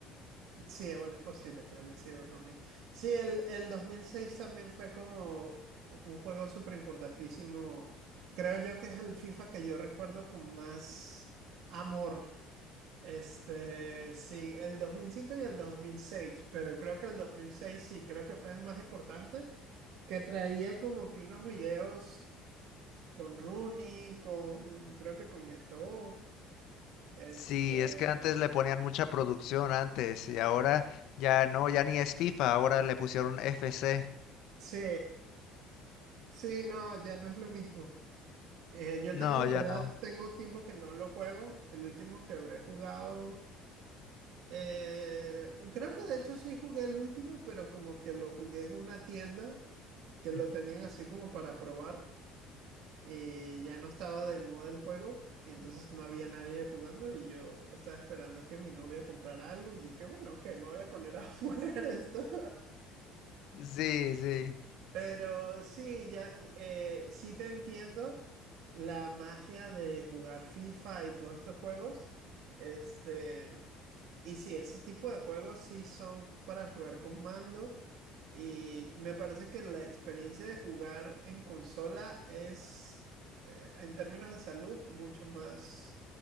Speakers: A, on the right (about 70°); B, on the left (about 70°).
A: Sí, bueno, es posible que haya sido Rooney. Sí, el, el 2006 también fue como un juego súper importantísimo. Creo yo que es el FIFA que yo recuerdo con más amor. Este, sí, el 2005 y el 2006, pero creo que el 2006 sí, creo que fue el más importante, que traía como que unos videos con Rooney, con, creo que con Eto'o, este,
B: Sí, es que antes
A: trae-
B: le ponían mucha producción antes y ahora ya no, ya ni es FIFA, ahora le pusieron F C.
A: sí, sí, no, ya no es lo mismo. Eh, yo
B: No,
A: tengo, en
B: ya
A: verdad,
B: no.
A: tengo tiempo que no lo juego. El último que habré jugado, eh, creo que de hecho sí jugué el último, pero como que lo jugué en una tienda que lo
B: Ujú.
A: tenían así como para probar y ya no estaba de moda el juego y entonces no había nadie jugando y yo estaba esperando que mi novia comprara algo y que bueno, ok, me voy a poner a <laughs> jugar esto.
B: Sí, sí.
A: Pero sí, ya, eh, sí te entiendo la magia de jugar FIFA y todos estos juegos. Este, y sí, ese tipo de juegos sí son para jugar con mando. Y me parece que la experiencia de jugar en consola es, eh, en términos de salud, mucho más